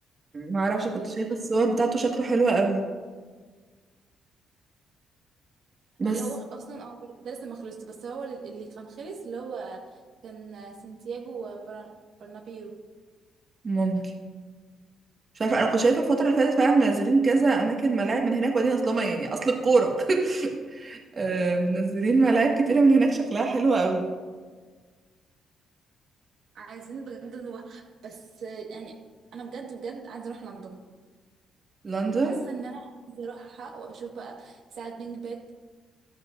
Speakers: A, on the right (about 40°); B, on the right (about 70°).
A: معرفش كنت
B: ال-
A: شايفة الصور بتاعته شكله حلو قوي بس
B: اللي هو اصلا اه ده ده لسه ما خلصش بس هو اللي كان خلص اللي هو كان سانتياغو وبرنابيرو
A: ممكن مش عارفة أنا كنت شايفة الفترة اللي فاتت فعلا منزلين كذا أماكن ملاعب من هناك وبعدين أصلا يعني أصل الكورة <laughs> آه،
B: ايوه
A: منزلين ملاعب كتيرة من هناك شكلها حلو قوي
B: عايزين بجد نروح بس يعني انا بجد بجد عايزه اروح لندن
A: لندن
B: حاسه ان انا عايزه اروحها واشوف بقى ساعه بينج باك